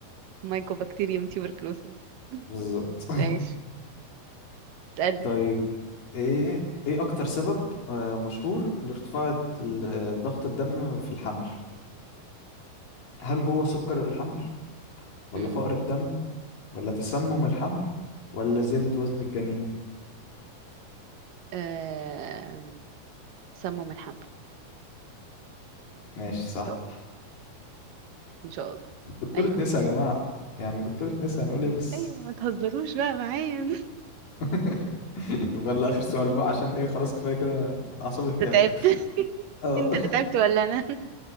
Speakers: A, on the right; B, on the left.
A: مايكوبكتيريوم تيوبركلوسيس
B: بالظبط
A: ماشي
B: <laughs>
A: اسألني
B: طيب ايه ايه اكتر سبب آه، مشهور لارتفاع ال- آه، ضغط الدم في الحمل هل هو سكر الحمل ولا
A: مم.
B: فقر الدم ولا تسمم الحمل ولا زيادة وزن الجنين
A: آم، سموا من حمل
B: ماشي صح
A: إن شاء الله إن شاء الله
B: دكتورة
A: أيوة كده
B: نسا يا جماعة يعني دكتورة نسا هنقول ايه بس
A: أيوة ما تهزروش بقى معايا
B: <laughs> طب يلا اخر سؤال بقى عشان ايه خلاص كفاية كده انا اعصابي
A: <laughs>
B: تعبت
A: أنت تعبت <laughs>
B: اه
A: أنت
B: <laughs>
A: اللي تعبت ولا أنا